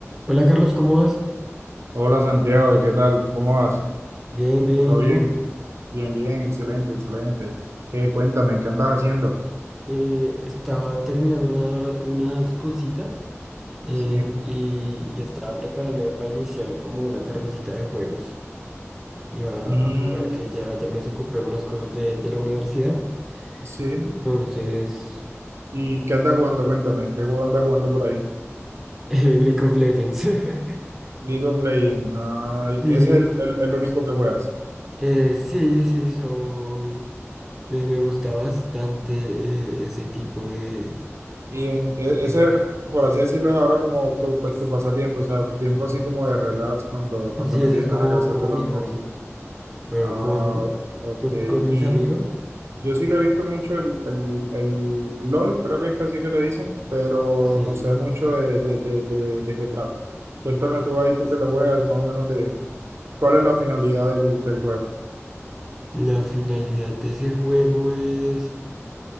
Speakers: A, in the centre; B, on the right (about 65°).
A: Hola Carlos, ¿cómo vas?
B: Hola Santiago, ¿qué tal? ¿Cómo vas?
A: Bien, bien,
B: ¿Todo
A: ¿y
B: bien?
A: tú?
B: Bien, bien, excelente, excelente. Eh, cuéntame, ¿qué andas haciendo?
A: Eh, estaba terminando una- unas cositas eh,
B: Sí.
A: y, y estaba preparándome para iniciar como una tardecita de juegos. Iba
B: Mm,
A: a jugar que ya, ya me desocupé unas cosas de, de la universidad.
B: sí.
A: Entonces,
B: ¿Y qué andas jugando? Cuéntame, ¿qué juego andas jugando por ahí?
A: <laughs> eh, League of Legends. <laughs>
B: League of Legends. Ay,
A: Sí,
B: ese es el, el- el único que juegas.
A: eh, sí, sí, soy. Me, me gusta bastante eh, ese tipo de,
B: Y en- e-
A: de
B: ese,
A: juego.
B: por así decirlo, es ahora como tu, pues, tu pasatiempo, o sea, tiempo así como de relax cuando, cuando
A: Sí,
B: no
A: ese
B: tienes
A: es como,
B: nada que hacer
A: como
B: de la
A: mi
B: universidad.
A: hobby. Juego
B: Ah,
A: con,
B: ok.
A: con, con mis
B: ¿Y
A: amigos.
B: Yo sí lo he visto mucho el, el, el LOL, creo que es que así que le dicen, pero
A: Sí.
B: no sé mucho de, de, de, de, de qué trata. Cuéntame tú ahí, tú que lo juegas, más o menos de cuál es la finalidad del, del juego.
A: La finalidad de ese juego es,